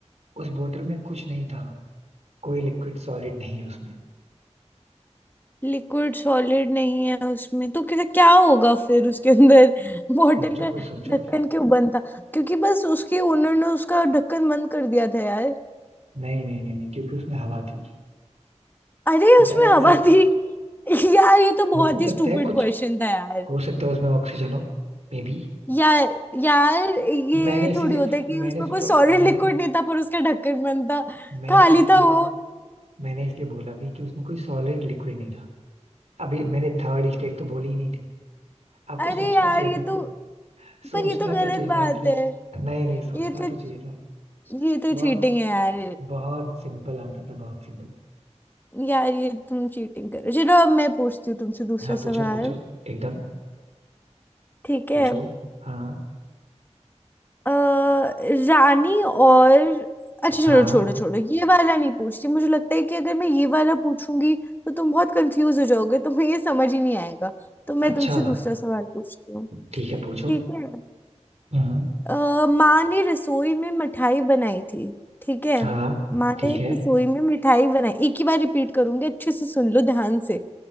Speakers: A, on the right (about 65°); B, on the left (about 15°).
A: उस बोतल में कुछ नहीं था कोई लिक्विड सॉलिड नहीं है उसमें
B: लिक्विड सॉलिड नहीं है उसमें तो क्या क्या होगा फिर उसके अंदर <laughs> बॉटल
A: सोचो
B: का
A: कुछ सोचो
B: ढक्कन क्यों बंद था क्योंकि बस उसके ओनर ने उसका ढक्कन बंद कर दिया था यार
A: नहीं नहीं नहीं नहीं क्योंकि उसमें हवा थी
B: अरे उसमें
A: That's
B: हवा
A: it
B: थी <laughs> यार ये तो बहुत
A: हो
B: ही
A: सकता
B: स्टूपिड
A: है कुछ
B: क्वेश्चन था यार
A: हो सकता है उसमें ऑक्सीजन हो Maybe
B: यार यार ये
A: मैंने इसीलिए
B: थोड़ी होता है कि
A: मैंने
B: उसमें
A: सोचो
B: कोई सॉलिड
A: मैंने
B: लिक्विड नहीं था पर उसका ढक्कन बंद था
A: मैंने
B: खाली
A: इसलिए
B: था वो
A: मैंने इसलिए बोला भी कि उसमें कोई सॉलिड लिक्विड नहीं था अभी मैंने थर्ड स्टेट तो बोली ही नहीं थी आपको
B: अरे
A: सोचना
B: यार
A: चाहिए
B: ये
A: था ना
B: तो
A: सोचना
B: पर ये तो गलत
A: तो चाहिए
B: बात
A: था एटलीस्ट
B: है
A: नहीं नहीं सोचना
B: ये तो
A: तो चाहिए था
B: ये तो
A: बहुत
B: चीटिंग है यार
A: बहुत सिंपल आंसर था बहुत सिंपल
B: यार ये तुम चीटिंग कर रहे हो। चलो अब मैं पूछती हूँ तुमसे दूसरा
A: हाँ पूछो
B: सवाल
A: पूछो एकदम
B: ठीक है
A: पूछो हाँ
B: अ, रानी और अच्छा चलो
A: हाँ
B: छोड़ो छोड़ो ये वाला नहीं पूछती मुझे लगता है कि अगर मैं ये वाला पूछूंगी तो तुम बहुत कंफ्यूज हो जाओगे तुम्हें ये समझ ही नहीं आएगा तो मैं
A: अच्छा
B: तुमसे दूसरा सवाल पूछती हूँ
A: ठीक है पूछो
B: ठीक है
A: हम्म
B: अ, माँ ने रसोई में मिठाई बनाई थी ठीक है
A: हाँ
B: माँ
A: ठीक
B: ने
A: है
B: रसोई में मिठाई बनाई एक ही बार रिपीट करूंगी अच्छे से सुन लो ध्यान से